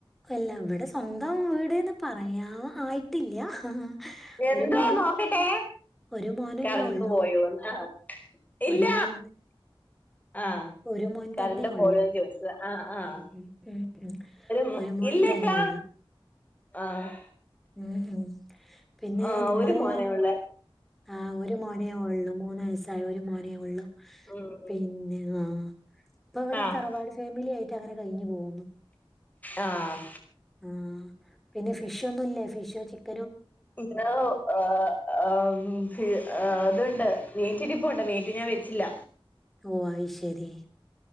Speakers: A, in the centre; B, on the left (about 15°).
A: എല്ല ഇവടെ സ്വന്തം വീട്ന്ന് പറയാ ആയിട്ടില്ല്യാ ഹാ ആഹ്
B: എന്തോ
A: ഒരു മോനൻ
B: നോക്കട്ടെ
A: ഒരു മോനന്നെ
B: കറണ്ട്
A: ഒള്ളു
B: പോയോന്ന് ആഹ് ഇല്ല
A: ഒരു മോൻ
B: ആഹ്
A: ഒരു മോൻ
B: കറണ്ട്
A: തന്നെ ഒള്ളൂ
B: പോയോന്ന് ചോദിച്ചത് ആഹ് ആഹ്
A: ഉം ഉം ഉം
B: മോ
A: ഒരു മോൻ
B: ഇല്ലക്കാ
A: തന്നെയൊള്ളു
B: ആഹ്
A: ഉം ഉം പിന്നേ
B: ആഹ്
A: നിങ്ങള്
B: ഒരു മോനേ ഉള്ള്
A: ആഹ് ഒരു മോനേ ഒള്ളു മൂന്നുവയസ് സായ ഒരു മോനേ ഒള്ളൂ
B: ഉം
A: പിന്നെ
B: ഉം
A: ആഹ് ഇപ്പവടെ
B: ആഹ്
A: തറവാട് ഫാമിലി ആയി ട്ടങ്ങനെ കഴിഞ്ഞ് പോകുന്നു
B: ആഹ്
A: ആഹ് പിന്നെ ഫിഷ് ഒന്നുല്ല ഫിഷ് ചിക്ക്
B: ഇന്ന് ആഹ് ആം ഫി <unintelligible> ആ അതുണ്ട് മീറ്റിരിപ്പുണ്ട് മീറ്റ് ഞാൻ വെച്ചില്ല
A: ഓ അയ് ശരി